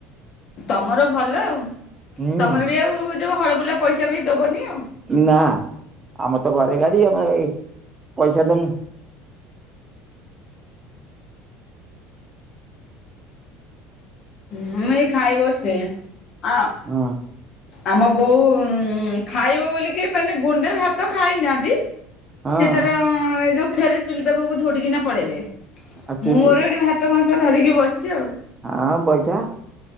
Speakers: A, on the left; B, on the right.
A: ତମର ଭଲ ଆଉ
B: ହୁଁ
A: ତମର ବି ଆଉ ଯୋଉ ହଳବୁଲା ପଇସା ବି ଦବନି ଆଉ।
B: ନା ଆମର ତ ଘରେ ଗାଡି ଆମେ କାଇଁ ପଇସା ଦେମୁ।
A: ହୁଁ ଏଇ ଖାଇବସେ ଆ
B: ହଁ।
A: ଆମ ବୋଉ ଖାଇବ ବୋଲିକି ମାନେ ଗୁଣ୍ଡେ ଭାତ ଖାଇନାହାନ୍ତି।
B: ହଁ
A: ସେ ତାର ଏ ଯୋଉ ଫେର ଚୁଲି ପାଖକୁ ଧୌଡିକିନା ପଳେଇଲେ
B: ଆଉ ଚୁଲି
A: ମୁଁ ମୋର ଏଠି ଭା ତ କଂସା ଧରିକି ବସିଛି ଆଉ।
B: ହଁ-ହଁ ବଇଥା